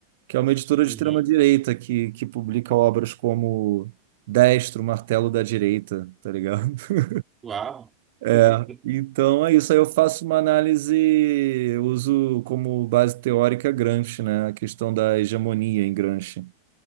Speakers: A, on the right (about 55°); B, on the right (about 20°).
A: que é uma editora
B: uhum.
A: de extrema-direita que, que publica obras como Destro, Martelo da Direita, tá ligado? <laughs>
B: Uau.
A: É,
B: <laughs>
A: então é isso. Aí eu faço uma análise, uso como base teórica Gramsci, né? A questão da hegemonia em Gramsci.